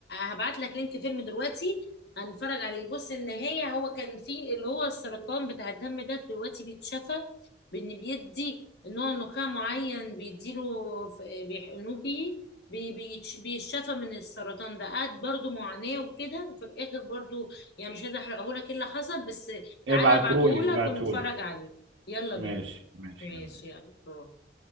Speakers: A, on the left; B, on the right.
A: هبعت لك لينك فيلم دلوقتي هنتفرج عليه بص النهايه هو كان في اللي هو السرطان بتاع الدم ده دلوقتي بيتشفى بان بيدي نوع نخاع معين بيديله في- بيحقنوه بيه بي- بيتش- بيتشفى من السرطان ده قعد برضو معاناة وكده وفي الآخر برضو يعني مش عايزة أحرقهولك إيه اللي حصل بس تعالى
B: ابعتهولي
A: هبعتهولك
B: ابعتهولي
A: ونتفرج عليه يلا
B: ماشي
A: بينا
B: ماشي
A: ماشي
B: يلا.
A: يلا باي.